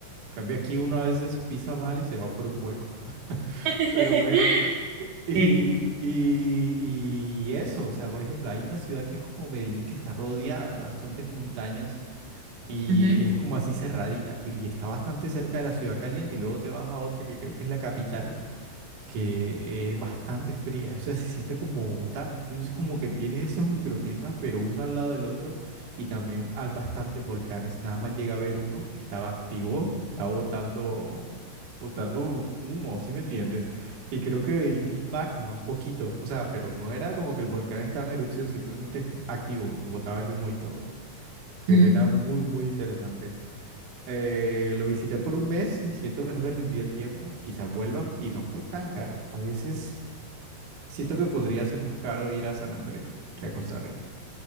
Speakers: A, on the right (about 50°); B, on the right (about 70°).
A: Cambia aquí uno a veces pisa mal y se va por un hueco. <laughs>
B: <laughs>
A: Pero bueno, y,
B: Sí.
A: y, y eso, o sea, por ejemplo, hay una ciudad que es como Medellín, que está rodeada de bastantes montañas y
B: Ujú,
A: es como así cerradita, pero y está bastante cerca de la ciudad caliente y luego te vas a otra que creo que es la capital que es bastante fría, o sea, se siente como Bogotá. Entonces, como que tienes estos microclimas, pero uno al lado del otro, y también hay bastantes volcanes. Nada más llega a ver uno, estaba activo, estaba botando, botando humo, ¿sí me entiendes? Y creo que vi magma un poquito, o sea, pero no era como que el volcán estaba en erupción, simplemente activo y botaba el humo y todo. Pero
B: ujú.
A: era muy, muy interesante. Eh, lo visité por un mes y siento que no me rindió el tiempo. Quizás vuelva y no fue tan caro. A veces siento que podría ser más caro ir a San Andrés que a Costa Rica.